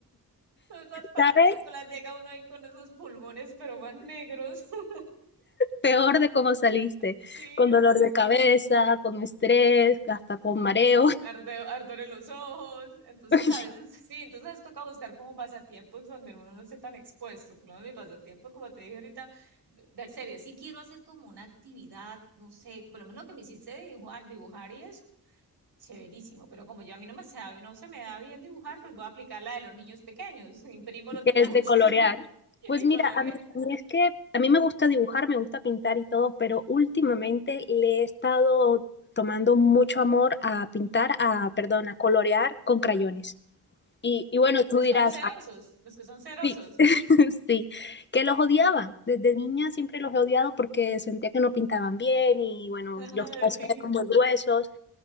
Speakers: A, on the right (about 80°); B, on the left (about 30°).
A: todas esas partículas,
B: ¿Sabes?
A: llega uno ahí con esos pulmones, pero más negros. <laughs>
B: Peor de cómo saliste,
A: Sí,
B: con
A: entonces
B: dolor de cabeza, con estrés, hasta con mareo,
A: arde- ardor en los ojos. Entonces,
B: <laughs>
A: a veces sí, entonces toca buscar como pasatiempos donde uno no esté tan expuesto. Por lo menos mi pasatiempo, como te dije ahorita, ve- ver series. Sí quiero hacer como una actividad, no sé, por lo menos lo que me hiciste de dibujar, dibujar y eso, chéverísimo. Pero como yo a mí no me se da- no se me da bien dibujar, pues voy a aplicar la de los niños pequeños. <laughs> Imprimo los dibujos
B: que es de colorear.
A: <laughs> y
B: Pues mira,
A: colores.
B: a mí, a mí es que a mí me gusta dibujar, me gusta pintar y todo, pero últimamente le he estado tomando mucho amor a pintar, a, perdón, a colorear con crayones. Y, y bueno, tú
A: Los
B: dirás,
A: que son cerosos,
B: "Ah,
A: los que son cerosos.
B: sí, <laughs> sí, que los odiaba. Desde niña siempre los he odiado porque sentía que no pintaban bien y bueno,
A: <laughs>
B: los trazos
A: Sí.
B: eran muy gruesos.